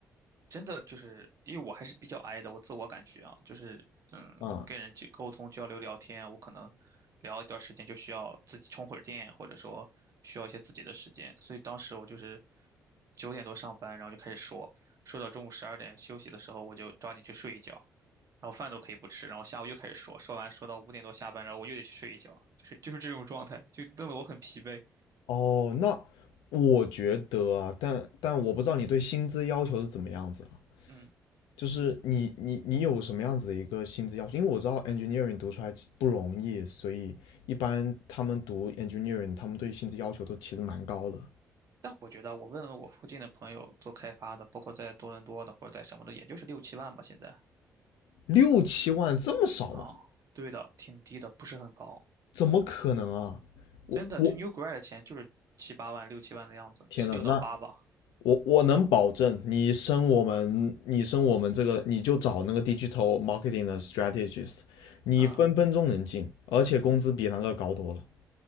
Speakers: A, on the right (about 50°); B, on the left (about 85°).
A: 真的就是因为我还是比较 i 的，我自我感觉啊，就是嗯，
B: 啊。
A: 跟人去沟通、交流、聊天，我可能聊一段时间就需要自己充会儿电，或者说需要一些自己的时间，所以当时我就是九点多上班，然后就开始说，说到中午十二点休息的时候，我就抓紧去睡一觉，然后饭都可以不吃，然后下午又开始说，说完说到五点多下班，然后我又得去睡一觉，就是就是这种状态，就弄得我很疲惫，
B: 哦，那我觉得啊，但但我不知道你对薪资要求是怎么样子啊？
A: 嗯。
B: 就是你你你有什么样子的一个薪资要求？因为我知道 engineering 读出来其不容易，所以一般他们读 engineering，他们对薪资要求都其实蛮高的，
A: 但我觉得我问了问我附近的朋友做开发的，包括在多伦多的或者在什么的，也就是六七万吧现在。
B: 六七万这么少吗？
A: 啊，对的，挺低的，不是很高。
B: 怎么可能啊？我我
A: 真的，这 New Grad 的钱就是七八万、六七万的样子，
B: 天呐，
A: 七六到八吧。
B: 那我我能保证，你升我们，你升我们这个，你就找那个 digital marketing 的 strategist，你分分钟能进，
A: 嗯，
B: 而且工资比那个高多了，